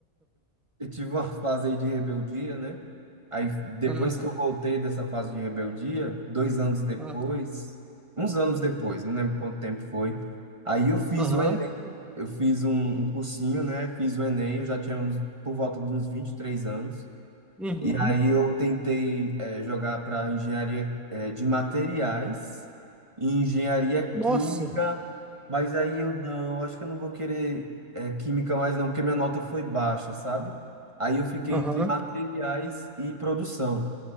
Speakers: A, on the right; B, in the centre.
A: eu tive uma <laughs> fase aí de rebeldia, né? Aí depois
B: Ah,
A: que eu voltei dessa fase de rebeldia, dois anos depois,
B: ah,
A: uns anos depois, não lembro quanto tempo foi, aí eu fiz
B: aham,
A: o Enem, eu fiz um, um cursinho, né? Fiz o Enem, eu já tinha uns- por volta de uns 23 anos.
B: uhum.
A: E aí eu tentei eh, jogar para engenharia eh, de materiais e engenharia
B: Nossa,
A: química, mas aí eu não, acho que eu não vou querer eh, química mais não, porque minha nota foi baixa, sabe? Aí eu fiquei
B: aham,
A: entre materiais e produção.